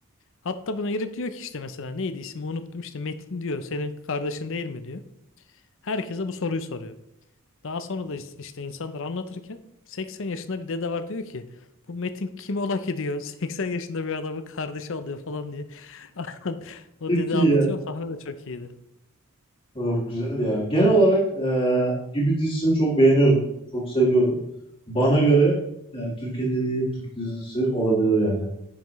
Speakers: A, on the left; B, on the left.
A: Hattabına girip diyor ki işte mesela neydi ismi unuttum işte Metin diyor senin kardeşin değil mi diyor. Herkese bu soruyu soruyor. Daha sonra da işte insanlar anlatırken 80 yaşında bir dede var diyor ki bu Metin kim ola ki diyor <laughs> 80 yaşında bir adamı kardeşi alıyor falan diye. <laughs> O
B: Çok
A: dede
B: iyi
A: anlatıyor.
B: ya.
A: O sahne de çok iyiydi.
B: Of, güzel ya. Genel olarak e, Gibi dizisini çok beğeniyorum. Çok seviyorum. Bana göre e, Türkiye'nin en iyi Türk dizisi olabilir yani.